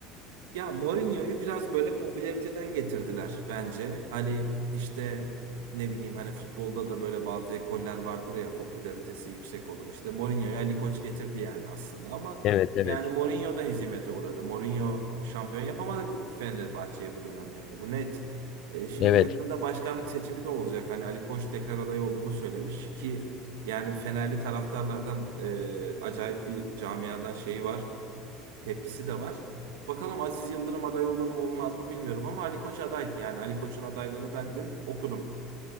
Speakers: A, on the right; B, on the left.
A: Ya Mourinho'yu biraz böyle popülariteden getirdiler bence. Hani işte ne bileyim hani futbolda da böyle bazı ekoller vardır ya popülaritesi yüksek olur. İşte Mourinho'ya Ali Koç getirdi yani aslında ama
B: Evet evet.
A: yani Mourinho da hezimete uğradı. Mourinho şampiyon yapamadı Fenerbahçe'yi bu dönem yani. Bu net. E, şimdi
B: Evet.
A: yakında başkanlık seçimi de olacak. Hani Ali Koç tekrar aday olduğunu söylemiş ki yani Fenerli taraftarlardan e, acayip bir camiadan şeyi var tepkisi de var. Bakalım Aziz Yıldırım aday olur mu olmaz mı bilmiyorum ama Ali Koç aday. Yani Ali Koç'un adaylığını ben dün okudum.